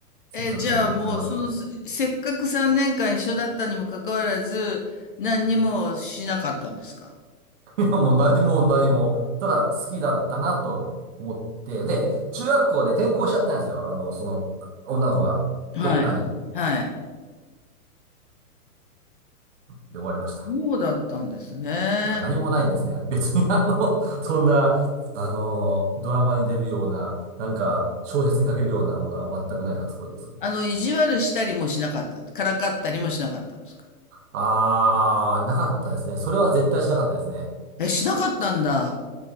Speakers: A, on the right (about 50°); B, on the left (about 35°).
A: せっかくもうくれたのに。
B: え、じゃあもう、その、
A: <laughs>
B: せっかく3年間一緒だったにもかかわらず、何にもしなかったんですか
A: いや、もう何も何も、ただ好きだったなと思って、で、中学校で転校しちゃったんですよ。あの、その、女の子が、
B: はい。
A: どっかに、
B: はい。
A: で終わりました。
B: そうだったんですね。
A: だから何もないんですね。別にあの、<laughs> そんな、あの、ドラマに出るような、なんか、小説に書けるようなものは全くない初恋ですけど。
B: あの、意地悪したりもしなかったんでからかったりもしなかったんですか
A: あー、なかったですね。それは絶対しなかったですね。
B: え、しなかったんだ。